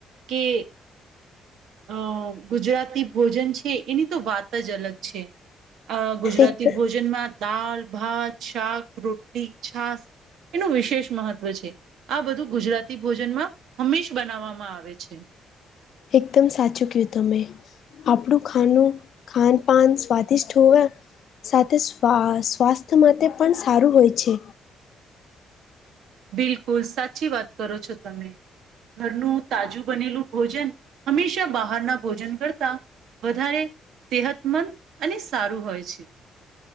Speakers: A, on the right (about 75°); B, on the left (about 65°).
A: કે અ ગુજરાતી ભોજન છે એની તો વાત જ અલગ છે. અ ગુજરાતી
B: એક
A: ભોજનમાં દળ ભાત શાક રોટલી છાસ એનું વિશેષ મહત્વ છે આ બધું ગુજરાત ભોજનમાં હંમેશ બનાવવામાં આવે છે.
B: એકદમ સાચું કય્યું તમેં આપણું ખાનું ખાન પાન સ્વાદિષ્ટ હોવે સાથે સ્વા સ્વાસ્થ્ય માટે પણ સારું હોય છે.
A: બિલકુલ સાચી વાત કરો છો તમે. ઘરનું તાજું બનેલું ભોજન હંમેશા બહારના ભોજન કરતા. વધારે સેહતમંદ અને સારું હોય છે.